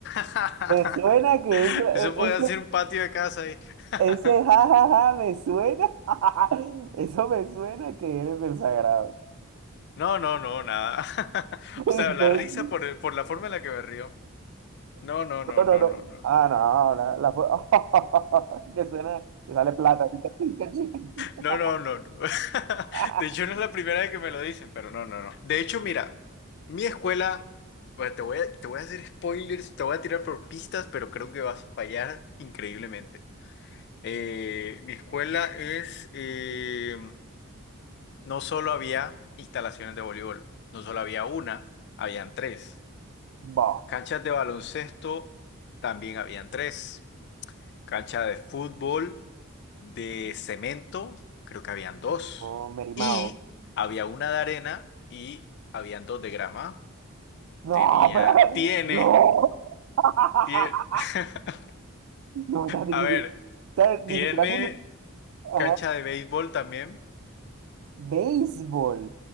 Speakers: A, on the left; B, on the right.
A: <laughs>
B: Me suena que eso,
A: Eso puede ser un patio de casa ahí. <laughs>
B: Ese jajaja me suena, <laughs> eso me suena que eres del sagrado.
A: No, no, no, nada. <laughs>
B: <laughs>
A: O sea,
B: Entonces,
A: la risa por, por la forma en la que me río. No, no, no,
B: no, no,
A: no,
B: no.
A: no, no,
B: Ah,
A: no.
B: no, no, la fue- <laughs> que suena, que sale plata. Chica, chica, chica, chica.
A: No, no, no, no. <laughs>
B: <laughs>
A: De hecho, no es la primera vez que me lo dicen, pero no, no, no. De hecho, mira, mi escuela. Bueno, te voy a, te voy a hacer spoilers, te voy a tirar por pistas, pero creo que vas a fallar increíblemente. Eh, mi escuela es. eh, No solo había instalaciones de voleibol, no solo había una, habían tres.
B: Bah,
A: Canchas de baloncesto, también habían tres. Cancha de fútbol, de cemento, creo que habían dos.
B: oh, Merimao.
A: Y había una de arena y habían dos de grama.
B: No,
A: Tenía,
B: pero,
A: tiene,
B: no. <laughs>
A: tiene, <laughs>
B: No, ya ni,
A: a ver,
B: o sea, ni
A: tiene
B: siquiera me...
A: cancha
B: Ajá.
A: de béisbol también.
B: Béisbol,